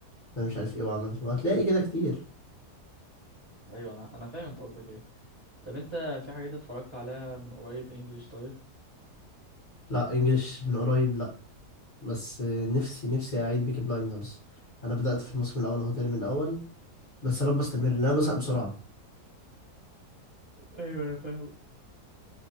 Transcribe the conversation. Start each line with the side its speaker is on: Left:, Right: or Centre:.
Left: ده مش عارف إيه وعمل وهتلاقي كده كتير
Right: ايوه انا انا فاهم انت قصدك ايه طب انت في حاجات اتفرجت عليها من قريب انجلش طيب
Left: لا إنجلش من قريب لا بس نفسي نفسي أعيد بيكي بلايندرز أنا بدأت في الموسم الأول أهو تاني من الأول بس يا رب أستمر لأن أنا بزهق بسرعة
Right: ايوه انا فاهم